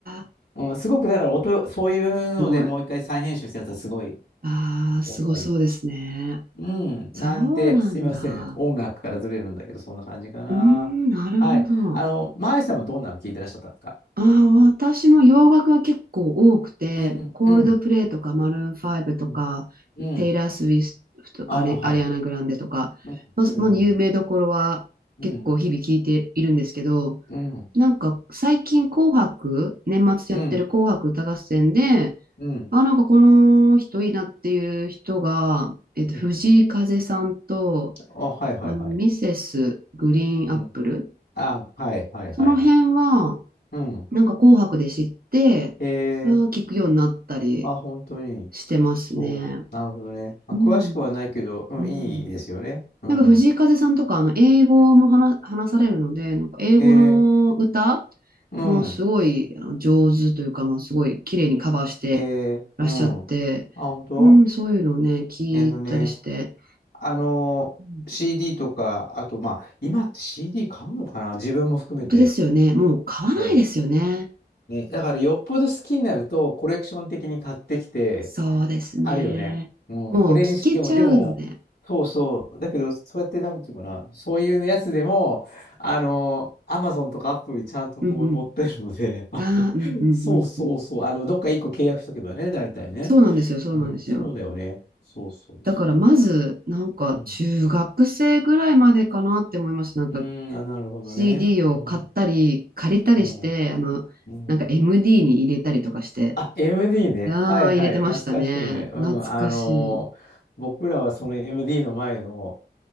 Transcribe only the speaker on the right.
あ、
すごい。ああ、すごそうですね。
そうなんだ。
うーん、なるほど。
ああ、私も洋楽は結構多くて、
コールドプレイとか、
マルーンファイブとか、
テイラー・スウィフト、
アリ、
アリアナ・グランデとか、
まあ、
まあ有名どころは結構日々聞いているんですけど、
なんか最近紅白、年末やってる紅白歌合戦で、
あ、なんかこの人いいなっていう人が、えっと、
藤井風さんと、
あの、ミセスグリーンアップル。
その辺は、
なんか紅白で知って、
あー、聞くようになったり
してますね。
うん。
うん。
なんか藤井風さんとか、あの、英語も話、話されるので、なんか英語の歌
もうすごいあの上手というか、まあ、すごい綺麗にカバーしてらっしゃって、
うん、そういうのをね、聞いたりして、
うん
本当ですよね。もう買わないですよね。
そうですね。
もう聞けちゃうので。
うん
うん。ああ、うんうんうんうん。
そうなんですよ、そうなんですよ。
だからまず、なんか中学生ぐらいまでかなって思います。
なんか
CD
を買ったり、借りたりして、
あの、
なんか MD に入れたりとかして、
ああ、
入れてましたね。
懐かしい。